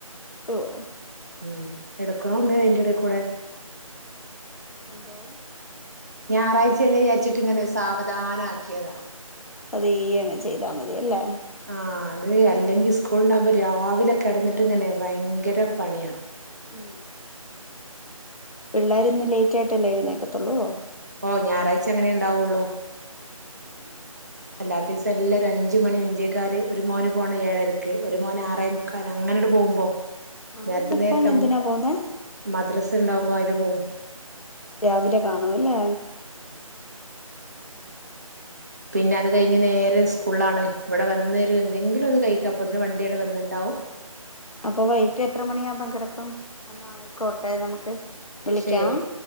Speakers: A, on the left; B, on the right.
A: ഓഹ്
B: മം എടുക്കാനൊണ്ട് അതിന്റിടയിൽ കൂടെ
A: എന്തോ
B: ഞായറാഴ്ച അല്ലെ വിചാരിച്ചിട്ട് ഇങ്ങനെ സാവധാനം ആക്കിയതാ
A: അതെ ഈ അങ്ങ് ചെയ്തമതി അല്ലെ
B: ആഹ് അത് അല്ലെങ്കിൽ സ്കൂൾ ഇണ്ടാവുമ്പോ രാവിലെ കിടന്നിട്ടിങ്ങനെ ഭയങ്കര പണിയ
A: മം പിള്ളാരിന്ന് ലേറ്റ് ആയിട്ടല്ലേ എഴുനേക്കാത്തൊള്ളൂ
B: ഓ ഞായറാഴ്ച അങ്ങനെ ഇണ്ടാവുള്ളു
A: ഉം
B: എല്ലാ ദിവസം എല്ലാരും അഞ്ചുമണി അഞ്ചേകാല് ഒരു മോന് പോണത് ഏഴരക്ക് ഒരുമോന് ആറെമുക്കാല് അങ്ങനട് പോകുമ്പോ
A: ആറേ
B: നേരത്തെ
A: മുക്കാലിന്
B: നേരത്തെ അം
A: എന്തിനാ പോകുന്നെ
B: മദ്രസ ഇണ്ടാകുമ്പോ അതിന് പോകും
A: രാവിലെ കാണും ഇല്ലേ
B: പിന്നത് കഴിഞ്ഞു നേരെ സ്കൂ ഫുള്ളാണ്. ഇവിടെ വന്നേരും എന്തെങ്കിലും ഒന്ന് കഴിക്കാ അപ്പോത്തിനും വണ്ടി ടെ വന്നുണ്ടാവും.
A: അപ്പൊ വൈകിട്ട് എത്ര മണിയാകുമ്പോ കിടക്കും? അന്നായിക്കോട്ടെ നമുക്ക് വിളിക്കാം
B: ശരി